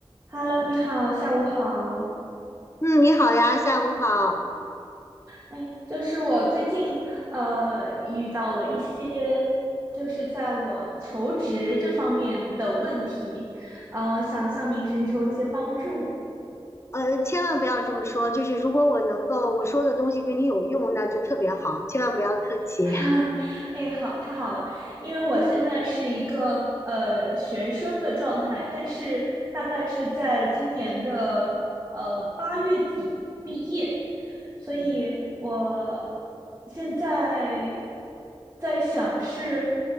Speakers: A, on the right; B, on the left.
A: Hello，你好，下午好。
B: 嗯，你好呀，下午好。
A: 哎，就是我最近呃遇到了一些，就是在我求职这方面的问题，嗯、呃，想向您寻求一些帮助。
B: 呃，千万不要这么说，就是如果我能够我说的东西对你有用，那就特别好，千万不要客气。
A: <laughs> 哎，好，太好了，因为我现在是一个呃学生的状态，但是大概是在今年的呃八月底毕业，所以我现在在想是